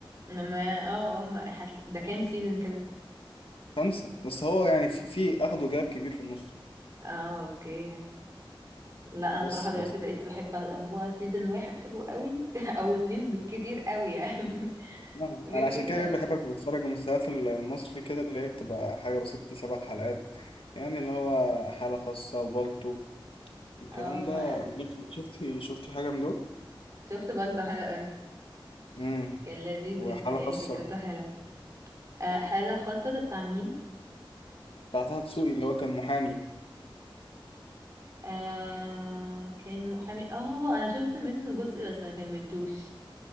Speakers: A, on the right; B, on the left.
A: ما اه اه ما حت- ده كام سيزون كده
B: خمسة بس هو يعني في, في أخده جاب كبير في النص
A: اه اوكي لا انا
B: بس
A: بصراحة دلوقتي
B: بس
A: بقيت بحب هو سيزون واحد حلو قوي <laughs> او اتنين بالكتير قوي يعني <laughs>
B: لا،
A: وغير
B: أنا عشان
A: كده
B: كده بحب أتفرج المسلسلات المصري كده اللي هي بتبقى حاجة بس ست سبع حلقات يعني اللي هو حالة خاصة وبالطو الكلام
A: اه
B: ده شفتي شفتي حاجة من دول؟
A: شفت بالطو حلو قوي
B: امم
A: كان لذيذ
B: وحالة
A: جدا يعني
B: خاصة
A: فكرته حلوة آه حالة خاصة ده بتاع مين
B: بتاع طه دسوقي اللي هو كان محامي
A: آه كان محامي اه انا شفت منه جزء بس ما كملتوش